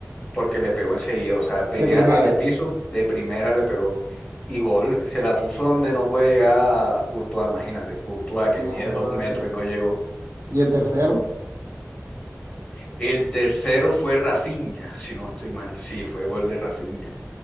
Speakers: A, on the left; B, on the right.
A: porque le pegó enseguida. O sea, venía
B: De primera,
A: a ras de piso, de primera le pegó. Y gol, se la puso donde no puede llegar Courtois, imagínate, Courtois que
B: no
A: mide
B: juega
A: dos metros
B: así.
A: y no llegó.
B: ¿Y el tercero?
A: El tercero fue Rafinha, si no estoy mal. Sí, fue gol de Rafinha.